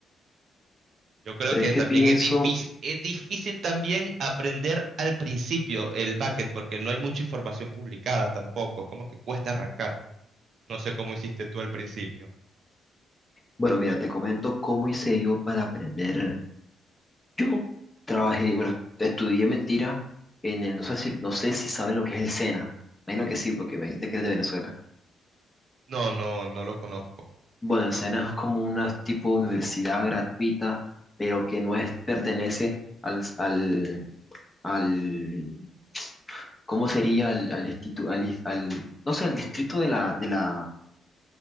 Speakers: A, on the right (about 60°); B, on the left (about 20°).
A: Yo creo
B: Pero
A: que
B: es que
A: también
B: pienso,
A: es difícil, es difícil también aprender al principio el backend porque no hay mucha información publicada tampoco. Es como que cuesta arrancar. No sé cómo hiciste tú al principio.
B: bueno, mira, te comento cómo hice yo para aprender Yo trabajé, bueno, estudié mentira en el, no sé si, no sé si sabes lo que es el SENA. Menos que sí, porque me dijiste que es de Venezuela.
A: No, no, no lo conozco.
B: Bueno, el SENA es como una tipo de universidad gratuita, pero que no es, pertenece al, al, al, ¿cómo sería? Al, al, institu- al, is- al- no sé, al distrito de la, de la,